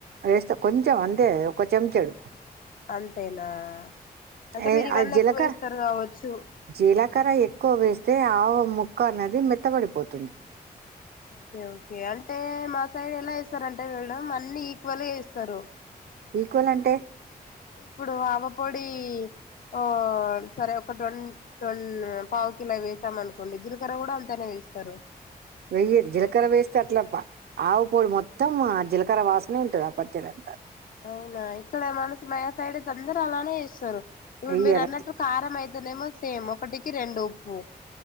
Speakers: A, on the right; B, on the left.
A: అేస్తా కొంచెం అంతే ఒక చెంచడు
B: అంతేనా అంటే
A: ఏ
B: మీరు ఇవన్నీ
A: జీలకర
B: ఎక్కువ వేస్తారు కావచ్చు
A: జీలకర ఎక్కువ వేస్తే ఆ ముొక్క అన్నది మెత్తబడిపోతుంది
B: ఓకే ఓకే అంటే మా సైడ్ ఎలా ఇస్తారంటే వెళ్డం అన్ని ఈక్వల్గా చేస్తారు
A: బిల్కువల్ అంటే
B: ఇప్పుడు ఆవపొడి ఓ సరే ఒక ట్న్ న్ పావు కిలోవి వేసాం అనుకోండి జీలకర్ర కూడా అంతానే వేస్తారు
A: వెయ్యదు జీలకర్ర వేస్తే అట్ల ఆవుపొడి మొత్తం ఆ జీలకర్ర వాసనే ఉంటుది ఆ పచ్చడి అంతారు
B: అవునా ఇక్కడే మనసు మా సైడ్ త అందర అలానే చేస్తారు ఇవ
A: వెయ్యరు
B: మీరు అన్నట్టుకు ఆరామయిది అదనేమో సేమ్ ఒకటికి రెండు ఉప్పు